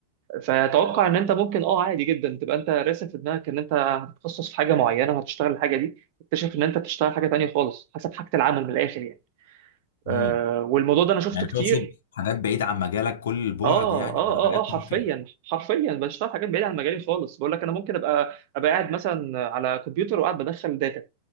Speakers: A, on the right; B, on the left.
A: فاتوقع ان انت ممكن اه عادي جدا تبقى انت راسم في دماغك ان انت هتتخصص في حاجه معينه وهتشتغل الحاجه دي تكتشف ان انت بتشتغل حاجه تانيه خالص حسب حاجه العمل من الاخر يعني آه،
B: امم
A: والموضوع ده انا شفته
B: يعني
A: كتير
B: تقصد حاجات بعيدة عن مجالك كل البعد
A: اه
B: يعني
A: اه اه
B: حاجات
A: اه حرفيا
B: ممكن
A: حرفيا بشتغل حاجات بعيده عن مجالي خالص بقول لك انا ممكن ابقى ابقى قاعد مثلا على كمبيوتر وقاعد بدخل داتا